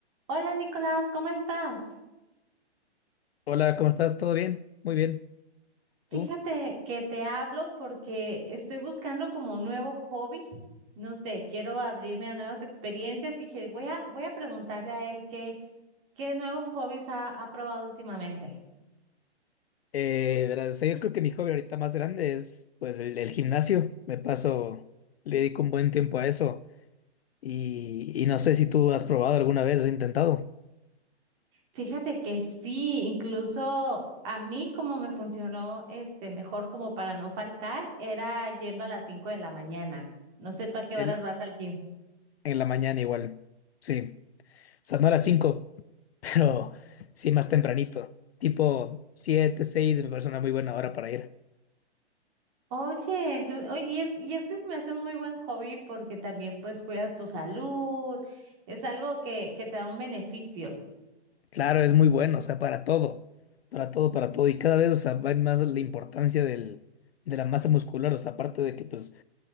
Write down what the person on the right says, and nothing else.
Hola Nicolás, ¿cómo estás?
Fíjate
que te hablo porque estoy buscando como un nuevo hobby. No sé, quiero abrirme a nuevas experiencias. Dije, voy a, voy a preguntarle a él qué, qué nuevos hobbies ha, ha probado últimamente.
Fíjate que sí, incluso a mí como me funcionó este mejor como para no faltar, era yendo a las 5 de la mañana. No sé tú a qué
horas vas al gym.
Oye, entonces, oye, y es, y es que se me hace un muy buen hobby porque también pues cuidas tu salud, es algo que, que te da un beneficio.